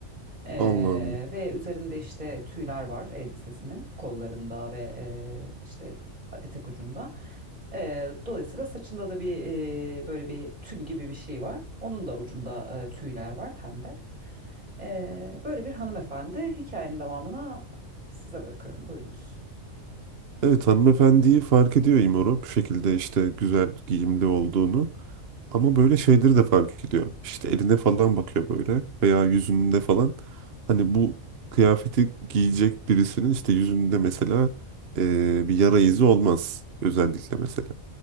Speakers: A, on the right; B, on the right.
A: Ee,
B: Allah Allah.
A: ve üzerinde işte tüyler var elbisesinin kollarında ve e, işte etek ucunda. Ee, dolayısıyla saçında da bir e, böyle bir tül gibi bir şey var. Onun da ucunda e, tüyler var pembe. Ee, böyle bir hanımefendi hikayenin devamına size bırakıyorum. Buyurunuz.
B: Evet hanımefendiyi fark ediyor İmora bu şekilde işte güzel giyimli olduğunu. Ama böyle şeyleri de fark ediyor. İşte eline falan bakıyor böyle veya yüzünde falan. Hani bu kıyafeti giyecek birisinin işte yüzünde mesela eee, bir yara izi olmaz özellikle mesela.